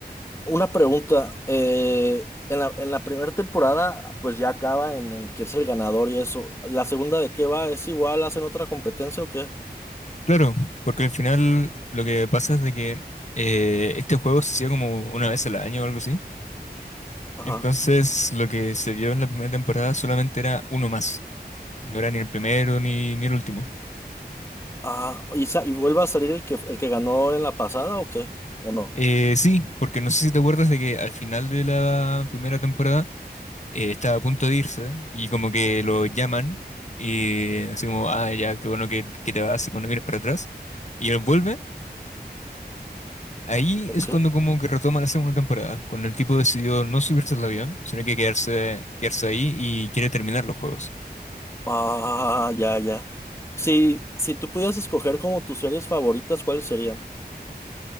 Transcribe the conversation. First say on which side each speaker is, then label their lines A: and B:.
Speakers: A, on the left (about 15°); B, on the left (about 45°).
A: una pregunta. eh, en la, en la primera temporada, pues ya acaba en el que es el ganador y eso. ¿La segunda de qué va? ¿Es igual? ¿Hacen otra competencia o qué?
B: Claro, porque al final lo que pasa es de que eh, este juego se hacía como una vez al año o algo así.
A: Ajá.
B: Entonces lo que se vio en la primera temporada solamente era uno más. No era ni el primero ni, ni el último.
A: Ah, ¿y, sa- y vuelve a salir el que, el que ganó en la pasada o qué? ¿O no?
B: Eh, sí, porque no sé si te acuerdas de que al final de la primera temporada eh, estaba a punto de irse y como que lo llaman y así como, ah, ya, qué bueno que, que te vas cuando vienes para atrás. Y él vuelve, ahí
A: ¿O
B: es
A: qué?
B: cuando como que retoma la segunda temporada, cuando el tipo decidió no subirse al avión, sino que quedarse, quedarse ahí y quiere terminar los juegos.
A: Ah, ya, ya. Si, si tú pudieras escoger como tus series favoritas, ¿cuáles serían?